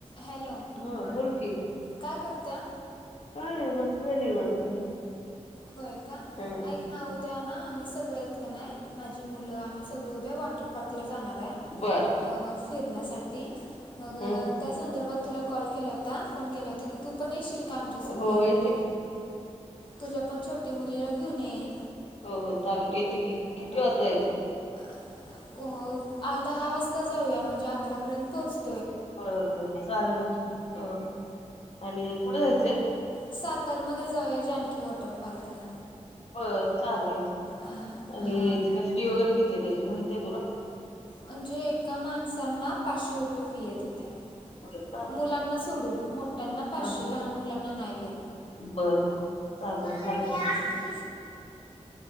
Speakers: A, on the left; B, on the left.
A: Hello
B: हा बोल की
A: काय करता?
B: काय नाही बसलोय निवांत.
A: होय का.
B: हम्म
A: ऐक ना उद्या ना आम्ही सगळे नाही माझी मुलं आम्ही सगळे. उद्या वॉटर पार्क ला जाणार आहे
B: बर
A: अ, फिरण्यासाठी मग
B: हम्म
A: त्या संदर्भात तुला कॉल केला होता. फोन केला होता की तू पण येशील? का आमच्यासोबत
B: हो येते कि.
A: तुझ्या पण छोटी मुलीला घेऊन ये.
B: हो हो. चालल येते कि. किती वाजता जायचं?
A: अ दहा वाजता जाऊया. म्हणजे अकरा पर्यंत पोहोचतो.
B: बर झाल बाई चालेल. अ आणि कुठे जायचंय?
A: सातार मध्ये जाऊया जानकी वॉटर पार्कला.
B: अ चालेल.
A: हां
B: आणि
A: हां
B: ति फी वगैरे किती आहे त्याची माहती आहे तुला?
A: म्हणजे एका माणसना पाचशे रुपये फी आहे तिथे.
B: हा
A: मुलांना सोडून. त्यांना पाचशे
B: हा.
A: लहान मुलांना नाही घेत.
B: बर चालेल
A: मला घ्या
B: <unintelligible>
A: की